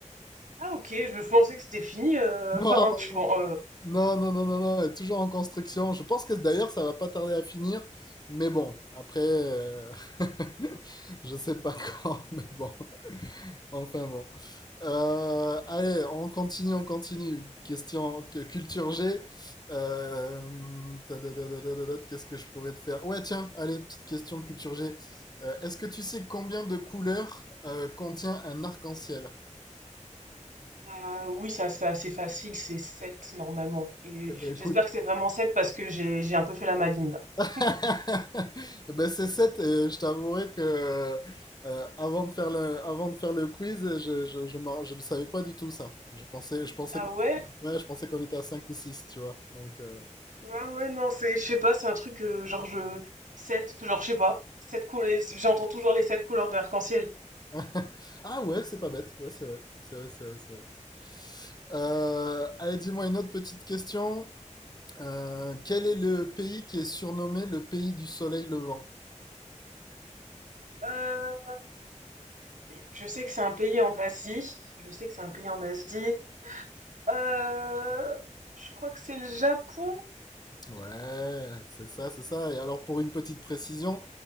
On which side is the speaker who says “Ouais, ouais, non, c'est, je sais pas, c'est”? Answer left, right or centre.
Right